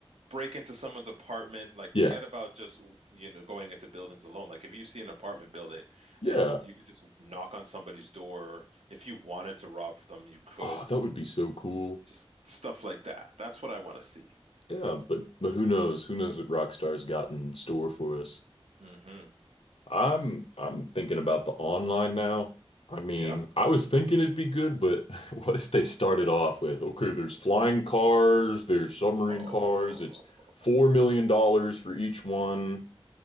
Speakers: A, on the right; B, on the left.
A: break into someone's apartment. Like,
B: yeah,
A: forget about just, you know, going into buildings alone. Like, if you see an apartment building
B: yeah.
A: and you could just knock on somebody's door, if you wanted to rob them, you could.
B: Oh, that would be so cool.
A: Just stuff like that. That's what I want to see.
B: Yeah, but but who knows? Who knows what Rockstar's got in store for us?
A: hmm
B: I'm I'm thinking about the online now. I mean,
A: Yeah.
B: I was thinking it'd be good, but <laughs> what if they started off with, okay, there's flying cars, there's submarine
A: Oh,
B: cars, it's four million dollars for each one.